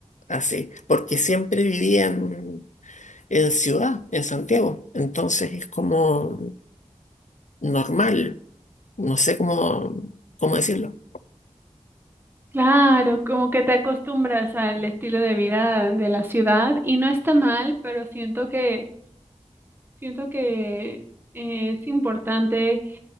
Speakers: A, on the left; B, on the right.
A: así, porque siempre vivía en, en ciudad, en Santiago. Entonces es como normal, no sé cómo, cómo decirlo.
B: Claro, como que te acostumbras al estilo de vida de la ciudad y no está mal, pero siento que siento que eh, es importante